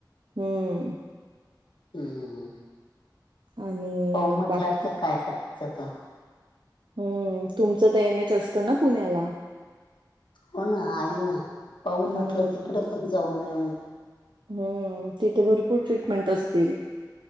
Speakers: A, on the right (about 85°); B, on the left (about 85°).
A: हम्म
B: हो हो
A: आणि
B: पा म्हटल्या
A: बाकी
B: तर काय करायचं तर
A: हम्म तुमचं तर एम एच असतं ना पुण्याला
B: हो ना आहे ना पाहू
A: हम्म
B: म्हटलं तिकडे पण जाऊन येऊ
A: हम्म तिथे भरपूर ट्रीटमेंट असतील